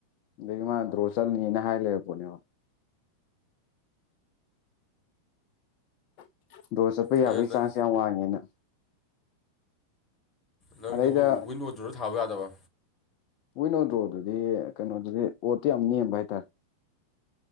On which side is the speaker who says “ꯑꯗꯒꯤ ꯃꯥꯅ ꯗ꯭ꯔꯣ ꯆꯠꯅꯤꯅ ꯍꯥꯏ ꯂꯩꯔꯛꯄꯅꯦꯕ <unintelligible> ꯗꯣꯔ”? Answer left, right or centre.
Left